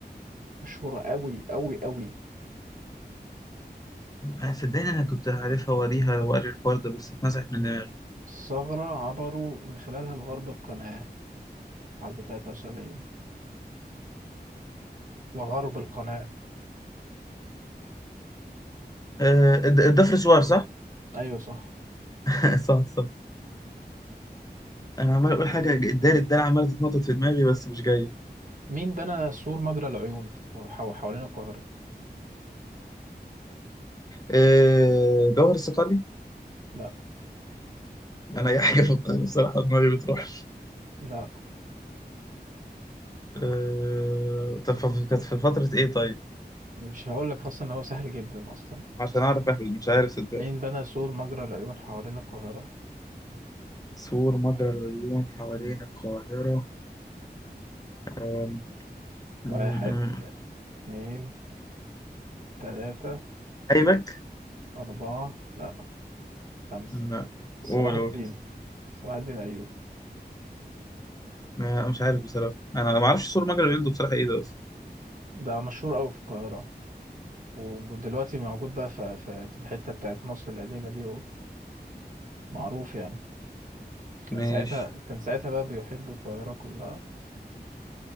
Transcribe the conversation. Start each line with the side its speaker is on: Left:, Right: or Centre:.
Right: مشهورة قوي قوي قوي
Left: أنا صدقني انا كنت عارفها واريها واري الحوار ده بس اتمسح من دماغي
Right: ثغرة عبروا من خلالها لغرب القناة حرب 73 وغرب القناة
Left: آه، الد- الضفر سوار صح؟
Right: ايوه صح
Left: <laughs> صح صح انا عمال اقول
Right: و
Left: حاجه الدال الدال عماله تتنطط في دماغي بس مش جايه
Right: مين بنى سور مجرى العيون حو- حوالين القاهرة؟
Left: آه، جوهر الصقلي
Right: لا
Left: انا اي حاجه في القاهره بصراحه دماغي بتروح
Right: لا
Left: أه... طب ف- كانت في فترة إيه طيب؟
Right: مش هقول لك خاصة ان هو سهل جدا اصلا
Left: عشان أعرف أهبد مش عارف صدق
Right: مين بنى سور مجرى العيون حوالين القاهرة؟
Left: سور مجرى العيون حوالين
Right: مم.
Left: القاهرة أم... م-
Right: واحد
Left: م-
Right: اتنين تلاتة
Left: أيبك؟
Right: أربعة لا خمسة
Left: لا
Right: صلاح
Left: قول
Right: الدين
Left: قول
Right: صلاح الدين أيوب
Left: ما- مش عارف بصراحة أنا ما أعرفش سور مجرى العيون ده بصراحة إيه ده أصلا
Right: ده مشهور أوي في القاهرة ودلوقتي موجود بقى في, في, في الحتة بتاعت مصر القديمة دي ومعروف يعني كان
Left: ماشي
Right: ساعتها كان ساعتها بقى بيحيط بالقاهرة كلها